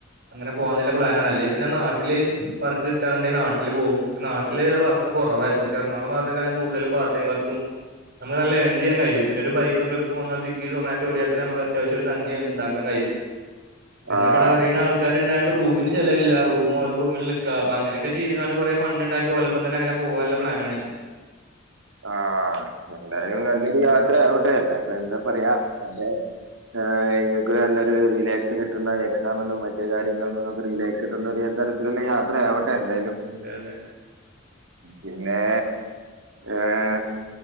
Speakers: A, on the right (about 55°); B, on the right (about 70°).
A: അങ്ങനെ പോകന്ന്ല്ലേ പ്ലാനാണ് അല്ലേ പിന്നെ നാട്ടില് വർക്ക് കിട്ടാന്ണ്ടെ നാട്ടില് പോവും പക്ഷെ നാട്ടില് വർക്ക് കൊറവായിരുന്നു പക്ഷേ എറളാകുളം ഭാഗത്തെക്കാണ് കടുതലും പാർടൈം വർക്കും നമുക്ക് നല്ല ഏൺ ചെയ്യാൻ കയിയും. പിന്നൊരു ബൈക്കൊക്കെ എടുത്ത് പോന്ന സ്വിഗ്ഗി സൊമാറ്റോ ഓടിയാ തന്നെ നമുക്കത്യാവശ്യം ഒരു സംഖ്യ ഇണ്ടാക്കാൻ കയിയും. പിന്നെവിടെ
B: ആഹ്
A: അറിളെന് ആൾ ക്കാരുണ്ടായോണ്ട് റൂമിന് ചെലവില്ലാ റൂ ഓലെ റൂമിൽ നിക്കാ അപ്പങ്ങനൊക്ക ചെയ്താണ്ട് കൊറെ ഫണ്ട്ണ്ടാക്കി ഓലെ ഇപ്പം തന്നെ അങ്ങനെ പോവാല്ലെ പ്ലാനാണ്
B: ആഹാ എന്തായാലും നല്ലൊരു യാത്രയാവട്ടെ അല്ലയിപ്പൊ എന്താ പറയാ നല്ല ആഹ് ഇങ്ങക്ക് നല്ലൊരു റിലാക്സും കിട്ട്ണ്ടാവും എക്സാമ്ന്നും മറ്റേ കാര്യങ്ങൾന്നു നിന്നൊക്കെ റിലാക്സ് കിട്ടുന്നൊരു തരത്തില് ഇ <unintelligible> യാത്രയാവട്ടെ എന്തായാലും
A: അതെ അതെ
B: പിന്നെ ഏഹേ